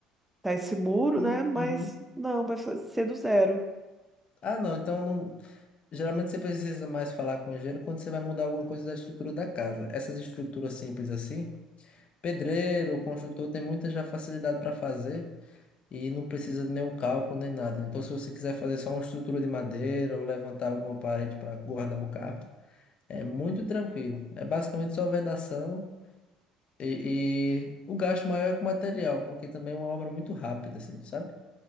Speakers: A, in the centre; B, on the left.
A: até esse muro,
B: Hum,
A: né? Mas
B: Uhum.
A: não, vai fa- ser do zero.
B: Ah, não. Então, não- geralmente você precisa mais falar com o engenheiro quando você vai mudar alguma coisa da estrutura da casa. Essas estruturas simples assim, pedreiro, construtor, tem muita já facilidade para fazer e não precisa de nenhum cálculo nem nada. Então, se você quiser fazer só uma estrutura de madeira ou levantar alguma parede para guardar o carro, é muito tranquilo. É basicamente só vedação. E, e o gasto maior é com material, porque também é uma obra muito rápida, assim, sabe?